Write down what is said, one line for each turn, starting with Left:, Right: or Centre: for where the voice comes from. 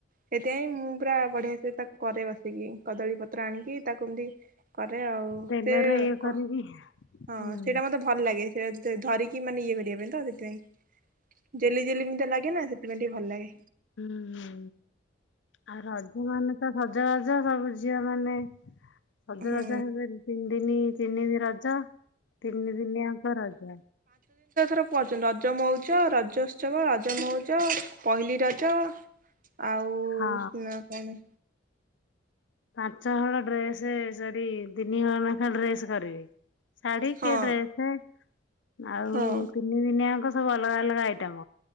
Right: ସେଥିପାଇଁ ମୁଁ ପୁରା ବଢିଆ ସେ ତାକୁ କରାଇ ବସି। ସେ କଦଳୀ ପତ୍ର ଆଣିକି ତାକୁ ଏମତି କରେ ଆଉ
Left: ତେଲରେ
Right: ସେ
Left: ଇଏ କରିକି
Right: କ ହଁ
Left: ହୁଁ
Right: ସେଇଟା ମତେ ଭଲ ଲାଗେ। ଧରିକି ମାନେ ଇଏ କରିବା ପାଇଁ ତ ସେଥିପାଇଁ। ଜେଲି ଜେଲି ଏମିତି ଲାଗେ ନା ସେଥିପାଇଁ ଟିକେ ଭଲ ଲାଗେ
Left: ହୁଁ ଆଉ ରଜ ମାନ ତ ସଜବାଜ ସବୁ ଝିଅ ମାନେ। ସଜ
Right: ହୁଁ
Left: ବାଜ ହେବେ ତିନି ଦିନି ତିନି ଦ ରଜ ତିନି ଦିନ ଆଙ୍କ ରଜ।
Right: ର ପଛନ୍ତି ରଜ ମଉଜ ରଜ ଉତ୍ସବ ରଜ ମଉଜ ପହିଲି ରଜ ଆଉ
Left: ହଁ।
Right: ନା କଣ?
Left: ପାଞ୍ଚ ହଳ ଡ୍ରେସ ସରି ତିନି ହଳ ନେଖା ଡ୍ରେସ କରିବେ। ଶାଢି
Right: ହଁ
Left: କିଏ ଡ୍ରେସ୍, ଆଉ
Right: ହଁ
Left: ତିନି ଦିନିଆଙ୍କ ସବୁ ଅଲଗା ଅଲଗା ଆଇଟମ୍।